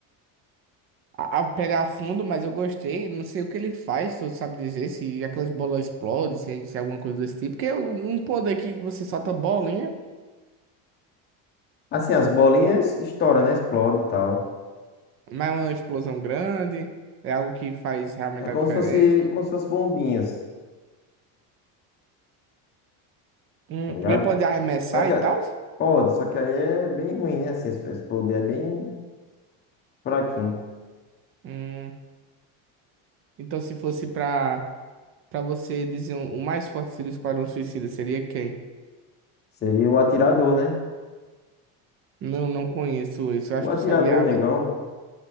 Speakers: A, on the right; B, on the left.
A: a, a pegar a fundo, mas eu gostei. Não sei o que ele faz, tu sabe dizer, se aquelas bolas explodem, se, se é alguma coisa desse tipo. Porque é um poder que você solta bolinha.
B: Assim, as bolinhas estouram, né? Explode e tal.
A: Mas é uma explosão grande, é algo que faz realmente
B: É como
A: a diferença.
B: se fosse, como se fosse bombinhas,
A: Hum,
B: tá ligado?
A: ele pode arremessar
B: Só que
A: e
B: a-
A: tal?
B: pode, só que aí é bem ruim, né? Assim, esse esse poder é bem fraquinho.
A: Hum, então, se fosse pra, pra você dizer um- o mais forte do Esquadrão Suicida, seria quem?
B: Seria o atirador, né?
A: Não, não conheço isso. Eu
B: O
A: acho
B: atirador,
A: que eu só vi a...
B: o negão.
A: le-